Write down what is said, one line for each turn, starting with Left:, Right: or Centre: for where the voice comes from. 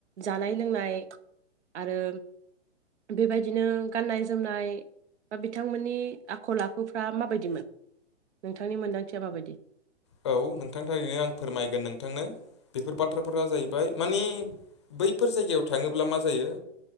Right: जानाय लोंनाय आरो बेबायदिनो गाननाय जोमनाय बा बिथांमोननि आखल आखुफ्रा माबायदिमोन? नोंथांनि मोनदांथिया माबायदि?
Left: औ नोंथांनि थाखायनो आं फोरमायगोन नोंथांनो बेफोर बाथ्राफोरा जाहैबाय मानि बैफोर जायगायाव थाङोब्ला मा जायो